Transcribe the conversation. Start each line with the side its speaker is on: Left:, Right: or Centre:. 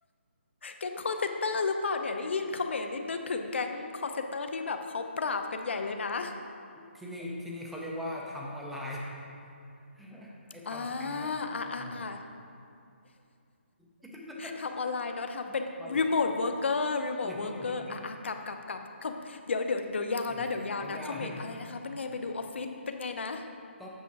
Left: แก๊งคอลเซ็นเตอร์หรือเปล่าเนี่ยได้ยินเขมรนี่นึกถึงแก๊งคอลเซ็นเตอร์ที่แบบเขาปราบกันใหญ่เลยนะ
Centre: ที่นี่ที่นี่เขาเรียกว่าทำออนไลน์ <laughs> ไอ้ทำสแกมเมอร์เออ
Left: อ่าอ่าอ่าอ่า
Centre: <laughs>
Left: ทำออนไลน์เนาะทำเป็น
Centre: มา
Left: remote worker remote worker อร์รีโมทเวิร์กเกอร์อ่ะอ่ะกลับกลับกลับคำเดี๋ยวเดี๋ยวเดี๋ยวยาวนะเดี๋ยวยาวนะเขมรอะไรนะคะเป็นไงไปดูออฟฟิศเป็นไงนะ
Centre: เรียกเอารถอ่ะแต่ยาวเลยนะก็